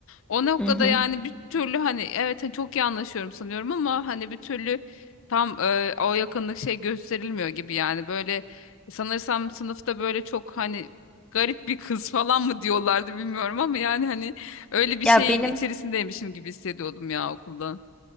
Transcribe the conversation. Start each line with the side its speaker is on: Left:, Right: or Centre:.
Left: o noktada
Centre: Hı hı.
Left: yani bir türlü hani evet hani çok iyi anlaşıyorum sanıyorum ama hani bir türlü tam e, o yakınlık şey gösterilmiyor gibi yani böyle sanırsam sınıfta böyle çok hani garip bir kız falan mı diyorlardı bilmiyorum ama yani hani Öyle bir
Centre: Ya
Left: şeyin
Centre: benim
Left: içerisindeymişim gibi hissediyordum ya okulda.